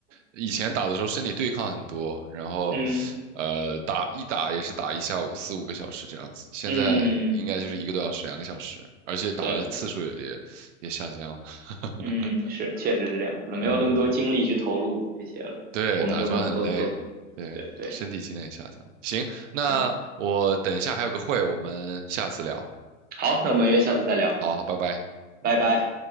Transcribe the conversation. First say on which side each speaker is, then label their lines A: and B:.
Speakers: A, on the right; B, on the right.
A: 以前打的时候身体对抗很多，然后
B: 嗯
A: 呃打一打也是打一下午四五个小时这样子。现在应该就是一个多小时、
B: 嗯，
A: 两个小时，而且打的次数也也也下降了。
B: 对，
A: <laughs>
B: 嗯是，确实是这样，可能没有那么多精力去投入这些了，
A: 嗯，对，
B: 我们都可能都都，
A: 打一场很累，对，
B: 对对，
A: 身体机能也下降了行，那我等一下还有个会，
B: 是。
A: 我们下次聊。
B: 好，那我们约下次再聊，
A: 好，好，拜拜。嗯。
B: 拜拜。